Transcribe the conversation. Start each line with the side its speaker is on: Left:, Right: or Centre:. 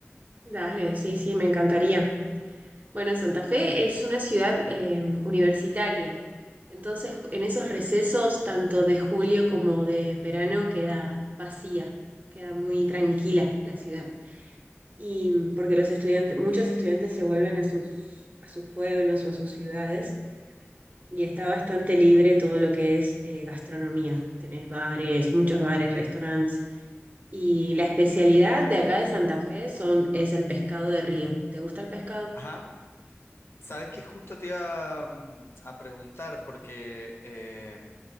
Right: Dale, sí, sí, me encantaría. Bueno, Santa Fe es una ciudad eh, universitaria, entonces en esos recesos, tanto de julio como de verano, queda vacía, queda muy tranquila la ciudad. Y mm, porque los estudiantes, muchos estudiantes se vuelven a sus, a sus pueblos o a sus ciudades y está bastante libre todo lo que es eh, gastronomía. Tenés bares, muchos bares, restaurantes Y la especialidad de acá de Santa Fe son, es el pescado de río. ¿Te gusta el pescado?
Left: Ajá, sabes que justo te iba mm, a preguntar porque eh,